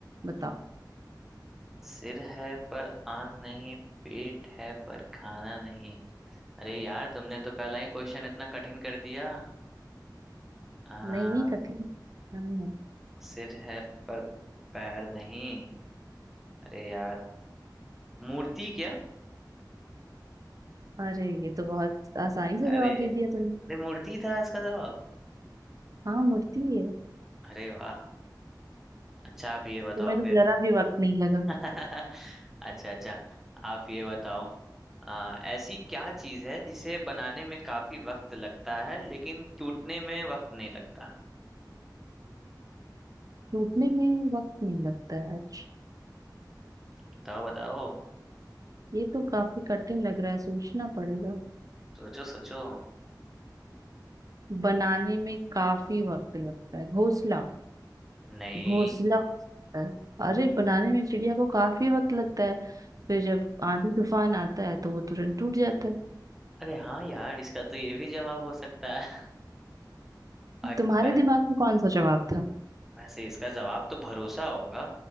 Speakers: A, on the right; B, in the centre.
A: बताओ
B: हम्म। सिर है पर आंख नहीं पेट है पर खाना नहीं अरे यार तुमने तो पहला ही क्वेश्चन इतना कठिन कर दिया आ,
A: नहीं नहीं कठिन हाँ, हाँ।
B: सिर है पर पैर नहीं अरे यार मूर्ति क्या
A: अरे ये तो बहुत आसानी से
B: अरे
A: जवाब दे
B: अरे
A: दिया तुमने
B: मूर्ति था इसका जवाब
A: हाँ मूर्ति है
B: अरे वाह अच्छा आप ये बताओ
A: तुम्हें
B: फिर
A: तो जरा भी वक्त नहीं लगा
B: <laughs> अच्छा अच्छा आप ये बताओ आ, ऐसी क्या चीज है जिसे बनाने में काफी वक्त लगता है लेकिन टूटने में वक्त नहीं लगता
A: टूटने में वक्त नहीं लगता है आज
B: बताओ बताओ
A: ये तो काफी कठिन लग रहा है सोचना पड़ेगा
B: सोचो सोचो
A: बनाने में काफी वक्त लगता है घोंसला
B: नहीं
A: घोंसला होता है। अरे बनाने में चिड़िया को काफी वक्त लगता है फिर जब आंधी तूफान आता है तो वो तुरंत टूट जाता है
B: अरे हाँ यार इसका तो ये भी जवाब हो सकता है <laughs> आ-
A: तुम्हारे
B: वैसे
A: दिमाग में कौन सा जवाब था
B: वैसे इसका जवाब तो भरोसा होगा